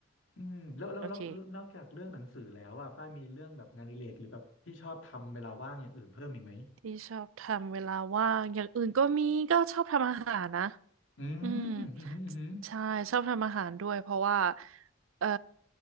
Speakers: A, on the left; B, on the right.
A: อืมแล้วแล้วแล้วแล้วนอกจากเรื่องหนังสือแล้วอ่ะฝ้ายมีเรื่องแบบงานอดิเรกหรือแบบที่ชอบทำเวลาว่างอย่างอื่นเพิ่มอีกไหม
B: โอเค ที่ชอบทำเวลาว่างอย่างอื่นก็มีก็ชอบทำอาหารนะ
A: อืมอืมอหืมออื้อหือ
B: อืมใช่ชอบทำอาหารด้วยเพราะว่าเอ่อ